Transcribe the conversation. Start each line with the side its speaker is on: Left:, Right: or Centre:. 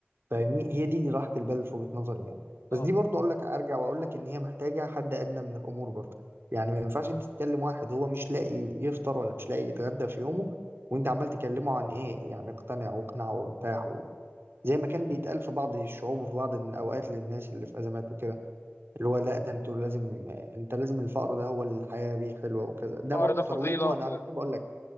Right: فاهمني هي دي, دي راحة البال في وجهة نظري يعني بس
Left: اه
Right: دي برضه اقول لك ارجع واقول لك ان هي محتاجة حد ادنى من الامور برضه يعني ما ينفعش انت تتكلم واحد هو مش لاقي يفطر ولا مش لاقي يتغدى في يومه وانت عمال تكلمه عن ايه يعني اقتنع واقنع وارتاح و... زي ما كان بيتقال في بعض الشعوب وفي بعض الاوقات للناس اللي في ازمات وكده اللي هو
Left: م-
Right: لا ده
Left: م.
Right: انتوا لازم انت لازم الفقر ده هو الحياة بيه حلوة وكذا ده
Left: الفقر
Right: برضو
Left: ده
Right: ترويجه
Left: فضيله وكده
Right: انا عشان كده بقول لك